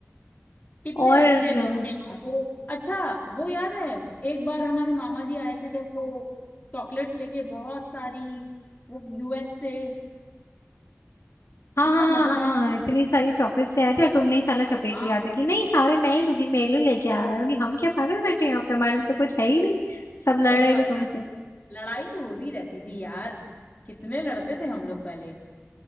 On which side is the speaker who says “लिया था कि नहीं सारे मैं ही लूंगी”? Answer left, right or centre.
Left